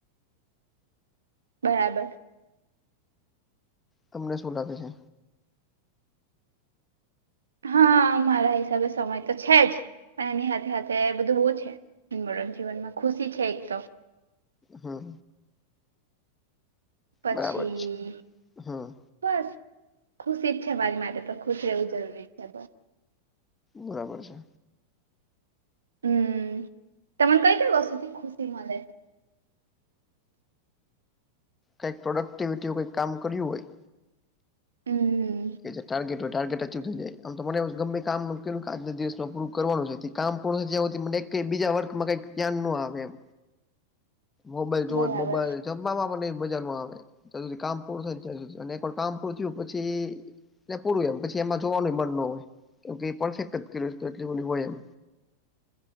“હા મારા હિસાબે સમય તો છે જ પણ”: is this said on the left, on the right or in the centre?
Right